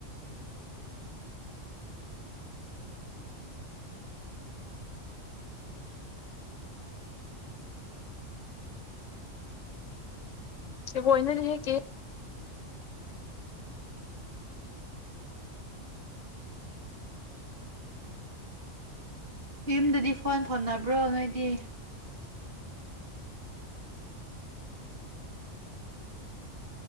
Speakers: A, on the left (about 70°); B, on the right (about 45°).
A: ꯝꯕꯨ ꯏꯅ ꯂꯩꯒꯦ
B: ꯌꯨꯝꯗꯗꯤ ꯐꯣꯟ ꯐꯣꯟꯅꯕ꯭ꯔꯣ ꯅꯣꯏꯗꯤ